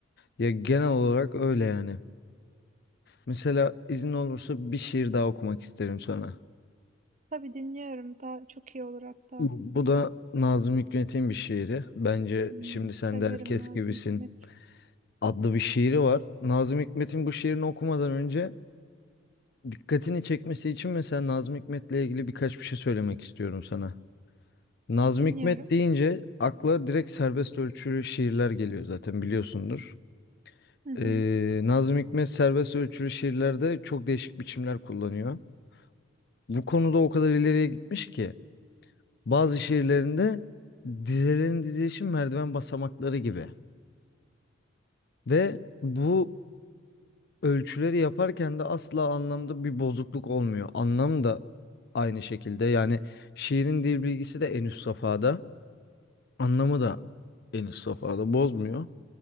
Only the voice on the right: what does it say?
Tabii dinliyorum. Daha çok iyi olur hatta.
Hmm,
severim
Nazım
Hikmet.
Dinliyorum.
Hı hı.